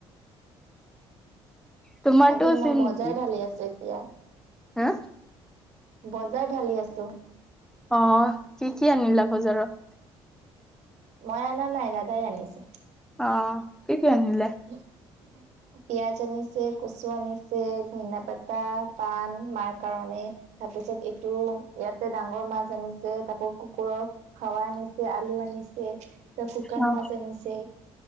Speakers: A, in the centre; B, on the right.
A: তোমাৰতো
B: আজি মই
A: চেম
B: বজাৰ
A: নেকি
B: ঢালি আছো আ
A: হা
B: বজাৰ ঢালি আছোঁ
A: অ কি কি আনিলা বজাৰত
B: মই অনা নাই দাদাই আনিছে
A: অ কি কি আনিলে
B: উ উ <unintelligible> পিঁয়াজ আনিছে কচু আনিছে ধুনীয়া পাতা পাণ মাৰ কাৰণে তাৰপিছত এইটো ইয়াতে ডাঙৰ মাছ আনিছে তাৰপৰা কুকুৰৰ খোৱা আনিছে আলু আনিছে ত শুকান
A: অ
B: মাছ আনিছে